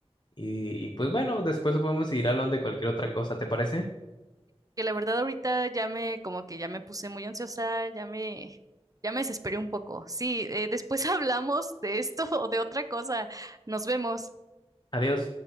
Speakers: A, on the left; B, on the right.
A: y, y pues bueno, después podemos seguir hablando de cualquier otra cosa, ¿te parece?
B: Que la verdad ahorita ya me, como que ya me puse muy ansiosa, ya me, ya me desesperé un poco. Sí, eh, después <laughs> hablamos de esto o de otra cosa. Nos vemos.
A: Adiós.